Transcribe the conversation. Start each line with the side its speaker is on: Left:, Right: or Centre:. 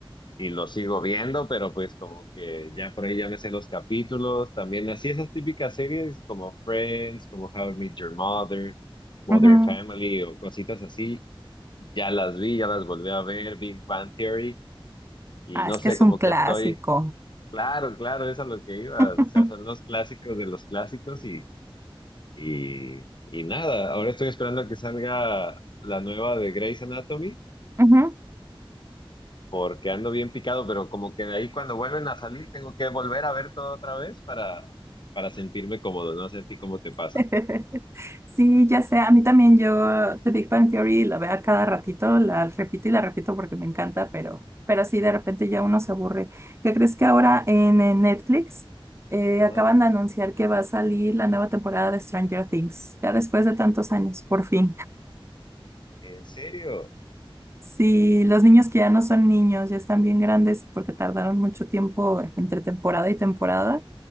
Left: y lo sigo viendo, pero pues como que ya por ahí ya me sé los capítulos. También así esas típicas series como Friends, como How I Met Your Mother, Modern
Right: Ujú.
Left: Family o cositas así, ya las vi, ya las volví a ver, Big Bang Theory y
Right: Ah,
Left: no
Right: es que
Left: sé,
Right: es
Left: como
Right: un clásico.
Left: que estoy, claro, claro, es a lo que iba.
Right: <laughs>
Left: O sea, son los clásicos de los clásicos y y, y nada, ahora estoy esperando a que salga la nueva de Grey's Anatomy,
Right: Ujú.
Left: porque ando bien picado, pero como que de ahí cuando vuelven a salir tengo que volver a ver todo otra vez para, para sentirme cómodo. No sé a ti cómo te pasa.
Right: <laughs> Sí, ya sé, a mí también yo The Big Bang Theory la veo a cada ratito, la repito y la repito porque me encanta, pero, pero sí, de repente ya uno se aburre. ¿Qué crees que ahora en, eh, Netflix eh,
Left: Ajá.
Right: acaban de anunciar que va a salir la nueva temporada de Stranger Things, ya después de tantos años, por fin?
Left: ¿En serio?
Right: Sí, los niños que ya no son niños, ya están bien grandes porque tardaron mucho tiempo entre temporada y temporada,